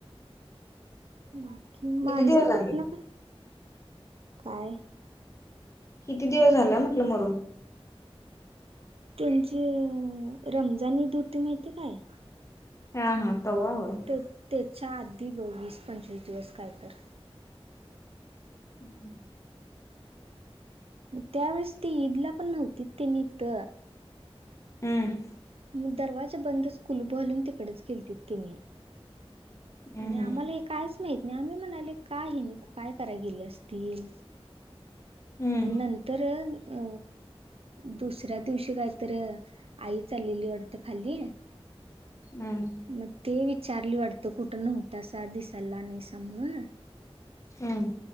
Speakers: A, on the right; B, on the left.
A: बाकी मांजर
B: किती दिवस झाले
A: कुठन गं काय?
B: किती दिवस झालं म्हटलं मरुन?
A: त्यांची अ रमजान ईद होती माहितीये काय?
B: आ हा तव्हा होय
A: ते त्याच्या आधी गं वीस पंचवीस दिवस काय तर
B: <inaudible>
A: म त्यावेेळेस ती ईदला पण नव्हती त्यांनी इथं
B: हम्म.
A: मग दरवाजा बंदच कुलूप घालून तिकडच गेलतीत त्यांनी
B: हम्म
A: आणि आम्हाला हे काहिच माहीत नाही आम्ही म्हणालोय का हेनी काय कराय गेली असतील?
B: हम्म
A: म नंतर अ दुसऱ्या दिवशी काय तर आई चाललेली वाटतं खाली
B: हं.
A: म ते विचारली वाटत कुठंन होत अस दिवसाला आणि अस म्हणून
B: हम्म